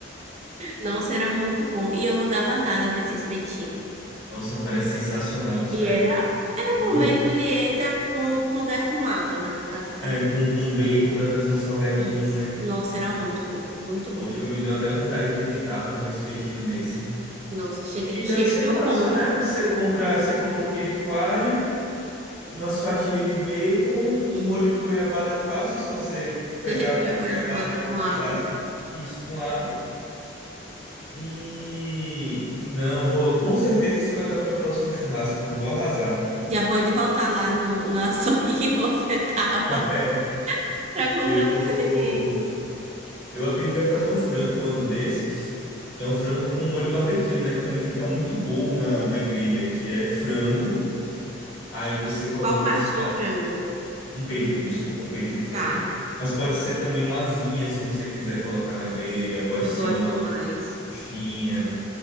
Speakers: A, on the right (about 35°); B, on the left (about 70°).
A: Nossa, era muito bom e eu não dava nada para esse espetinho.
B: Nossa, parece sensacional isso
A: E
B: aí.
A: era, era um
B: Muito.
A: Romeu e Julieta com, com defumado, né? Basicamente.
B: É, com, com bacon pra trazer um salgadinho,
A: Isso.
B: né?
A: Nossa, era muito bom, muito bom.
B: Poxa, me deu até vontade de tentar fazer um espetinho desse.
A: Nossa, chega,
B: E
A: <laughs> chega,
B: deve ser
A: deu
B: fácil,
A: fome.
B: né? Você compra, você compra o queijo coalho, umas fatias de bacon, um
A: Isso.
B: molho de goiabada é fácil, é só você pegar
A: Derreter
B: a
A: a
B: goiabada
A: goiabada
B: em
A: com
B: pedaços,
A: água.
B: e isso com água. E não, vou, com certeza isso vai estar no meu próximo churrasco. eu Vou arrasar.
A: Já pode voltar lá no, no açougue <laughs> que você tava
B: É,
A: pra comprar
B: eu
A: os ingredientes.
B: eu aprendi a fazer um frango um ano desses, que é um frango com molho barbecue, né, que também fica muito bom na, na grelha, que é frango, aí você coloca
A: Qual parte
B: um sal,
A: do frango?
B: um peito, desculpa, um peito de frango.
A: Tá,
B: Mas pode ser também uma asinha, se você quiser colocar na grelha, pode
A: eu
B: ser
A: gosto
B: uma
A: mais.
B: coxinha.